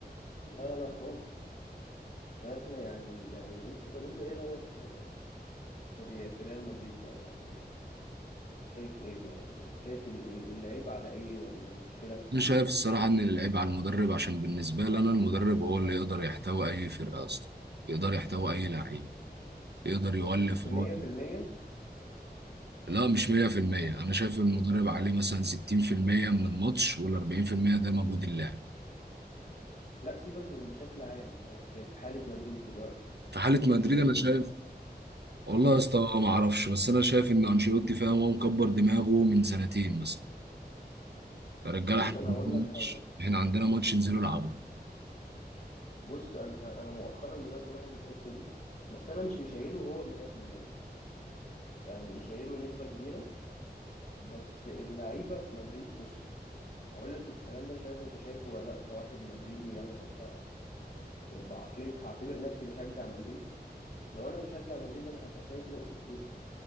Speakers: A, on the left (about 45°); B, on the right (about 75°).
A: لا لا خالص بس احنا يعني يعني انت طب انت ايه رأيك في في ري- في ريال مدريد بقى يعني شايف ايه يعني شايف ال- ال- العيب على ايه ولا المشكلة في ايه
B: انا شايف الصراحة ان العيب على المدرب عشان بالنسبة لي انا المدرب هو اللي يقدر يحتوي اي فرقة اصلا يقدر يحتوي اي لعيب يقدر يولف
A: بس
B: هو
A: 100%
B: لا مش 100% انا شايف المدرب عليه مثلا 60% من الماتش وال 40% ده مجهود اللاعب
A: لا سيبك من بشكل عام آه، في في حالة مدريد دلوقتي
B: في حاله
A: انت
B: مدريد
A: شايف
B: انا شايف
A: ال...
B: والله
A: مم.
B: يا اسطى ما اعرفش بس انا شايف ان انشيلوتي فاهم هو مكبر دماغه من سنتين مثلا يا رجاله
A: بص
B: احنا
A: انا
B: عندنا
A: هقول لك
B: ماتش
A: حاجة
B: احنا عندنا ماتش انزلوا العبوا
A: بص انا انا مؤخرا بدأت الاحظ الحتة دي بس انا مش مشايله هو 100% يعني مشايله نسبة كبيرة بس اللعيبة في مدريد بص هقول لك الكلام ده مش عارف انت شايفه ولا لا كواحد مدريدي يعني لو انت بعقلية هعتبر نفسي بشجع مدريد لو انا بشجع مدريد انا هبقى شايف نقطة ايه